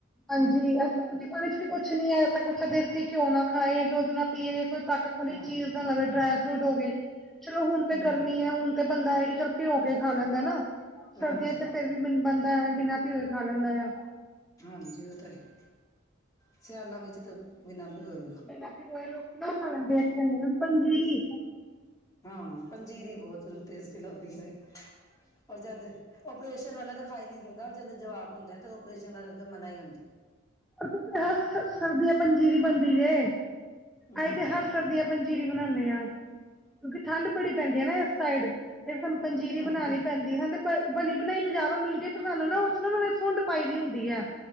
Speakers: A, in the centre; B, on the left (about 20°).
A: ਹਾਂਜੀ, ਐਸੀ ਰੋਟੀ-ਪਾਨੀ ਚ ਵੀ ਕੁੱਛ ਨੀ ਐ, ਤਾ ਕੁੱਛ ਦੇਸੀ ਘੇਓ ਨਾ ਖਾਏ ਯਾ ਦੁੱਧ ਨਾ ਪੀਵੇ, ਕੁੱ ਤਾਕਤ ਵਾਲੀ
B: ਹੂੰ,
A: ਚੀਜ ਨਾ ਲਵੇ, ਡਰਾਏ ਫਰੂਟ ਹੋਗੇ ਚਲੋ ਹੁਨ ਤੇ
B: ਹੂੰ,
A: ਗਰਮੀ ਏ, ਹੁਨ ਤੇ ਬੰਦਾ ਐ ਕਿ ਚੱਲ ਭੇਓ ਕੇ ਖਾ ਲੈਂਦਾ ਨਾ, ਸਰਦੀਆਂ
B: ਹਾਂਜੀ,
A: ਤੇ ਫਿਰ ਵੀ ਬਨ ਬੰਦਾ ਐਵੇ ਬਿਨਾ ਭਿਓਏ ਖਾ ਲੈਂਦਾ ਆ।
B: ਹਾਂਜੀ, ਓ ਤਾ ਹੈ, ਸਿਆਲਾਂ ਵਿੱਚ ਤੇ ਬਿਨਾ ਭਿਓਏ
A: ਬਿਨਾ ਭਿਗੋਏ ਲੋਕੀ ਨਾ ਓ ਖਾ ਲੈਂਦੇ ਐ, <unintelligible> ਪੰਜੀਰੀ।
B: ਹਾਂ, ਪੰਜੀਰੀ ਬੋਤ ਟੇਸਟੀ ਲੱਗਦੀ ਏ। ਔਰ ਜਦ ਓਪਰੇਸ਼ਨ ਵਾਲੇ ਤਾ ਖਾ ਨੀ ਸਕਦੇ। ਬਾ ਜਦੋਂ ਜਵਾਕ ਹੁੰਦੈ, ਤੇ ਓ ਔਪਓਰੇਸ਼ਨ ਆਲੇ ਤੇ ਮੱਨਾ ਈ ਹੁੰਦੈ।
A: ਅਸੀ ਤੇ ਹਰ ਸ ਸਰਦੀਆਂ ਪੰਜੀਰੀ ਬਨਦੀ ਜੇ,
B: ਹਾਂਜੀ,
A: ਅਈ ਤੇ ਹਰ ਸਰਦੀਆਂ ਪੰਜੀਰੀ ਬਨਾਨੇ ਆਂ ਕਿਉਂਕਿ ਠਾੰਡ ਬੜੀ ਪੈਂਦੀ ਏ ਨਾ, ਇਸ ਸਾਈਡ। ਫੇਰ ਸਾਨੂੰ ਪੰਜੀਰੀ
B: ਹਾਂਜੀ।
A: ਬਨਾਨੀ ਪੈਂਦੀ, ਹਨਾ ਪੈ ਬਨੀ ਬਨਾਈ ਬਜ਼ਾਰੋਂ ਮਿਲਦੀ ਏ, ਪਰ ਸਾਨੂੰ ਨਾ ਉਚ ਨਾ ਓਨੇ ਸੁੰਡ ਪਾਈ ਦੀ ਹੁੰਦੀ ਐ।